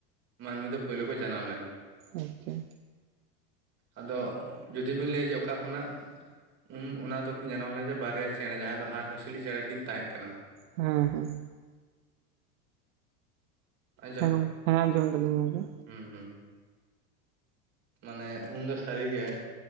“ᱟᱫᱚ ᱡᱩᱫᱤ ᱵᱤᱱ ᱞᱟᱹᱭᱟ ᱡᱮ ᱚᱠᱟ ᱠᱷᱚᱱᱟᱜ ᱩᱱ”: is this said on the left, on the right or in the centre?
Right